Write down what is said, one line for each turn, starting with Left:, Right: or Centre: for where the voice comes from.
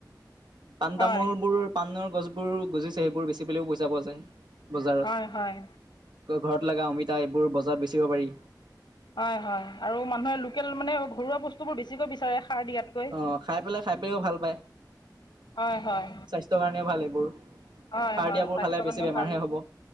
Right: পাণ-তামোলবোৰ
Left: হয়
Right: পাণৰ গছবোৰ গজিছে, সেইবোৰ বেছি পেলও পইচা পোৱা যায় বজাৰত
Left: হয়-হয়।
Right: ঘৰত লগা অমিতা এইবোৰ বজাৰত বেচিব পাৰি।
Left: হয় হয় আৰু মানুহে লোকেল মানে ঘৰুৱা বস্তু বোৰ বেছিকৈ বিচাৰে। সাৰ দিয়াতকৈ
Right: অ' খাই পেলাই, খাই পাইও ভাল পায়।
Left: হয় হয়
Right: স্বাস্থ্যৰ কাৰণে ভাল এইবোৰ সাৰ
Left: হয় হয়
Right: দিয়াবোৰ
Left: স্বাস্থ্যৰ
Right: খালে
Left: কাৰণেও
Right: বেছি বেমাৰহে
Left: ভাল
Right: হ'ব।